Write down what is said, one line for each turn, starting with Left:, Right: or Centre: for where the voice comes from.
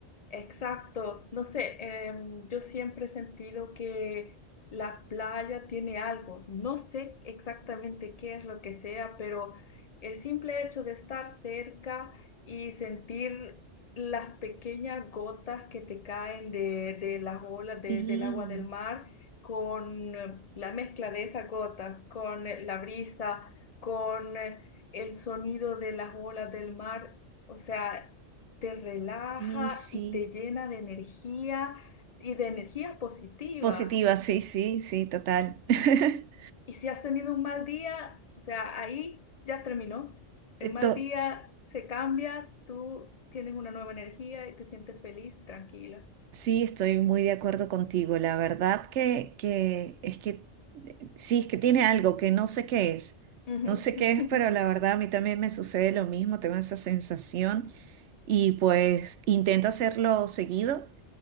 Left: Exacto, no sé, em, yo siempre he sentido que la playa tiene algo, no sé exactamente qué es lo que sea, pero el simple hecho de estar cerca y sentir las pequeñas gotas que te caen de, de las olas de-
Right: Sí,
Left: del agua del mar, con eh, la mezcla de esas gotas, con eh, la brisa, con eh, el sonido de las olas del mar, o sea te relaja
Right: sí, sí.
Left: y te llena de energía y de energía positiva.
Right: Positiva, sí, sí, sí, total. <laughs>
Left: Y si has tenido un mal día, o sea, ahí ya terminó. El mal
Right: To-
Left: día se cambia, tú tienes una nueva energía y te sientes feliz, tranquila.
Right: Sí, estoy muy de acuerdo contigo. La verdad que, que es que eh, sí, es que tiene algo que no sé qué es.
Left: Ujú.
Right: No sé qué
Left: <laughs>
Right: es, pero la verdad a mí también me sucede lo mismo, tengo esa sensación y pues intento hacerlo seguido